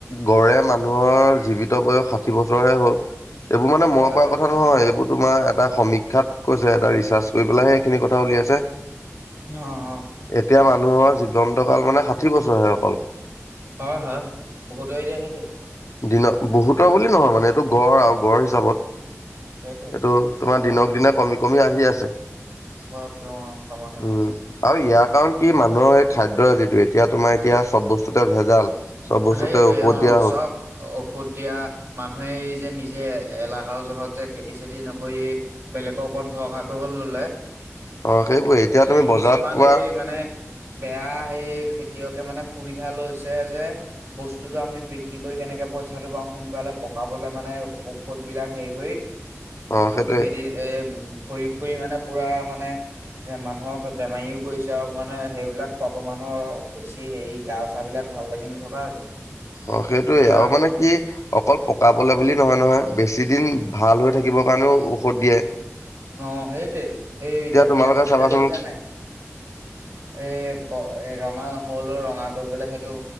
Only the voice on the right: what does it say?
হয়
হয়
অ অ
অ হা বহুত এতিয়া সেইটোৱে
সেইটোৱে
বয়সটো অ সময় সীমাটো
সেইটোয়ে
অ
চব ঔষধ দিয়া মানুহে এই যে নিজে এলাহৰ জহত যে খেতি চেতি নকৰি বেলেগৰ ওপৰত ভৰসা কৰিবলৈ ললে
এই
কিছুমান
এই মানে বেয়া এই খেতিয়কে মানে সুবিধা লৈছে যে বস্তুটো আমি বিক্ৰী কৰি কেনেকে পইচাটো বাওঁ সোনকালে পকাবলে মানে ঔষধ বিলাক হেৰি কৰি
মেডি এ প্ৰয়োগ কৰি মানে পুৰা মানে এ মানুহক বেমাৰীও কৰিছে আৰু মানে সেইবিলাক খোৱাৰ পৰা মানুহৰ বেছি হেৰি গা চা বিলাক ভাল লাগি নথকা হৈছে
এতিয়া
অ সেইটোৱে সেই এতিয়া
বিলাহীটোতে
দেখিছা নাই এ ৰঙা নহলেও ৰঙা কৰিবলে সেইটো